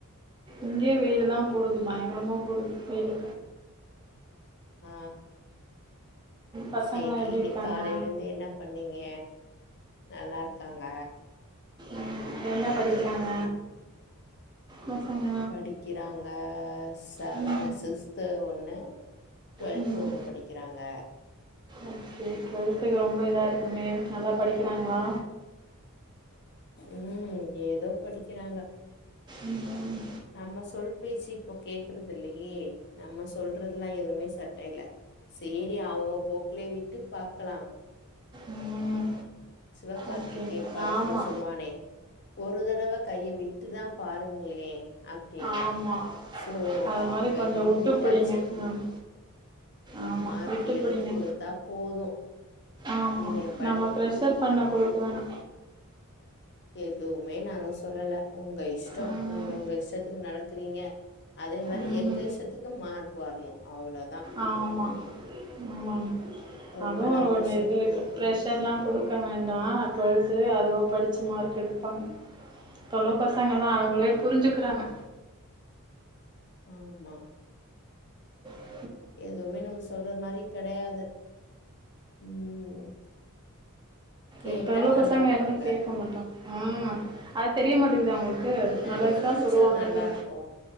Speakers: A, on the right; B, on the left.
A: இங்கேயே வெயில் தான் போடுது பயங்கரமா கொள்ளுது வெய்லு
B: ஆ
A: பசங்கெல்லாம்
B: சேரி
A: எப்படி
B: இன்னிக்
A: இருக்காங்க
B: காலலருந்து என்ன பண்ணீங்க நல்லாருக்காங்க
A: ம் என்ன படிக்கிறாங்க பசங்க
B: படிக்கறாங்க செவ
A: உம்
B: சிக்ஸ்து ஒண்ணு டுவெல்து
A: உம்
B: ஒண்ணு படிக்கறாங்க
A: ஓகே டுவெல்த்துக்கு ரொம்ப இதாக இருக்குமே நல்லா படிக்கிறாங்களா
B: ம் ஏதோ படிக்கறாங்க
A: உம்
B: நம்ம சொல் பேச்சி இப்போ கேக்குறதில்லயே நம்ம சொல்றதுலா எதுவுமே சட்டேல சேரி அவங்க போக்குளயே விட்டு பாக்கலா
A: உம்
B: சிவகார்த்திகேன்
A: ஓகே
B: படத்துல
A: ஆமா
B: சொல்லுவானே ஒரு தடவ கைய விட்டுதா பாருங்களே அப்டின்ட்டு
A: ஆமா
B: சோ
A: அது
B: அப்பேலருந்து
A: மாதிரி கொஞ்சம் விட்டு
B: விட்டாச்சு
A: பிடிங்க மேம் ஆமா
B: மார்க்
A: விட்டு
B: எடுத்து
A: பிடிங்க
B: கொடுத்தா போது
A: ஆமா
B: நீங்க ப்
A: நம்ம ப்ரஷர் பண்ணப் கொடுக்க வெணா
B: எதுவுமே நாங்க சொல்லல உங்க இஷ்ட
A: ம்,
B: நீங்க உங்க இஷ் டத்துக்கு நடக்கறீங்க அதே மாரி
A: ம்.
B: எங்கசத்துக்கு மார்க் வரணு அவ்ள
A: ஆமா ஆமா
B: ரொம்பலா
A: அதுவு
B: ப்ரெஷர்
A: ஒண்ணு இது
B: பண்ணிட்டு
A: இருக்கு ப்ரஷர்லா குடுக்க வேண்டா டுவெல்த்து அதுவாக படித்து மார்க் எடுப்பாங்க இப்ப உள்ள பசங்கள் எல்லா
B: ஆமா
A: அவங்களே புரிஞ்சுக்கிறாங்க
B: ஆம்மா
A: ம்
B: எதுவுமே நம்ம சொல்ற மாரி கெடையாது ம் கேட்டா
A: இப்ப உள்ள
B: நல்லா
A: பசங்க
B: இருப்பாங்க
A: என்ன கேட்க மாட்டாங் ம் அது தெரியமாட்டுக்குத அவங்களுக்கு
B: பின்னாடி
A: க்கு நல்லதுதா
B: ஃபியூச்சர்
A: சொல்லுவாங்கன்டு
B: நல்லா இருக்கு